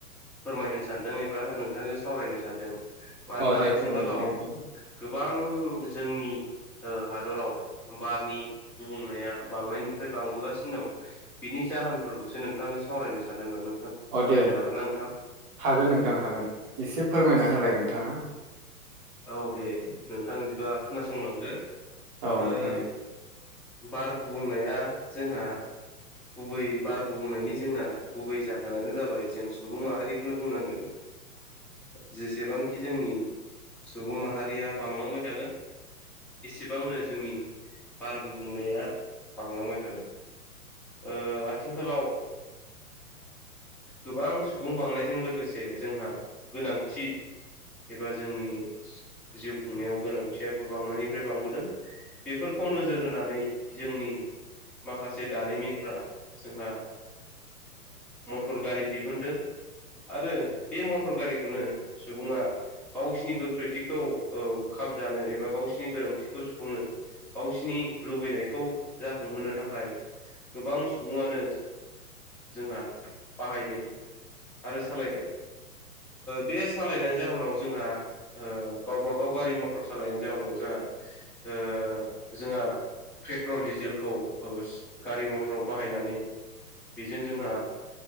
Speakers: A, in the centre; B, on the right.
A: फोरमायनो सानदों एबा नोंथांजों सावरायनो सानदों मानोना
B: अ दे
A: आथिखालाव
B: फोरमायनोसै नोंथां
A: गोबां जोंनि हादराव बारनि गुबुंनाया बांनायनिफ्राय बांबोगासिनो दं बिनि जाहोनफोरखौसो नोंथांजों सावरायनो सानदों नोंथां
B: अ
A: सावरायनो
B: दे
A: हागोन ना नोंथां
B: हागोन नोंथां हागोन एसे फोरमायना होलाय नोंथाङा
A: औ दे नोंथां इदिबा खोनासंलांदो
B: औ
A: ओ
B: नोंथां दे
A: बार गुबुंनाया जोंहा गुबै बार गुबुंनायनि जोंना गुबै जाहोनानो जाबाय जों सुबुं माहारिखौनो बुंनांगोन जेसेबांखि जोंनि सुबुं माहारिया बांलांबाय थागोन इसेबांनो जोंनि बार गुबुंनाया बांलांबाय थागोन आथिखालाव गोबां सुबुं बांनायजों लोगोसे जोंहा गोनांथि एबा जोंनि जिउ खुंनायाव गोनांथियाबो बांनायनिफ्राय बांबोदों बेफोरखौनो नोजोर होनानै जोंनि माखासे दारिमिनफ्रा जोंहा मटर गारि दिहुनदों आरो बे मटर गारिखौनो सुबुङा गावसिनि गोख्रैथिखौ औ खाब जानो एबा गावसिनि गोनांथिखौ सुफुंनो गावसि नि लुबैनायखौ जाफुंहोनो थाखाय गोबां सुबुङानो जोंहा बाहायदों आरो सालायदों बे सालायनायनि जाहोनाव जोंहा गावबा गाव गारि मथर सालायनायनि जाउनाव जोंहा जोंहा पेट्रल डिजेलखौ गारि मटराव बाहायनानै बेजों जोंहा